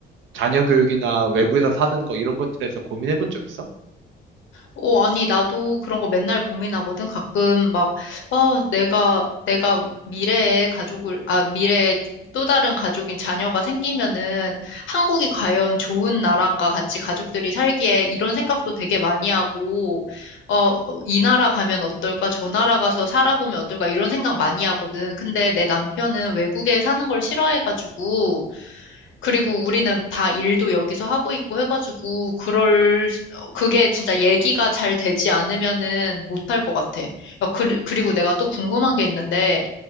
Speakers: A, on the right; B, on the left.
A: 자녀 교육이나 외국에서 사는 거 이런 것들에서 고민해 본 적 있어?
B: 어, 아니, 나도 그런 거 맨날 고민하거든. 가끔 막, 어, 내가, 내가 미래에 가족을, 아, 미래에 또 다른 가족인 자녀가 생기면은 한국이 과연 좋은 나라인가 같이 가족들이 살기에 이런 생각도 되게 많이 하고, 어, 어, 이 나라 가면 어떨까? 저 나라 가서 살아보면 어떨까? 이런 생각 많이 하거든. 근데 내 남편은 외국에 사는 걸 싫어해가지고, 그리고 우리는 다 일도 여기서 하고 있고 해가지고, 그럴, 수- 어, 그게 진짜 얘기가 잘 되지 않으면은 못할 것 같아. 어, 그, 그리고 내가 또 궁금한 게 있는데,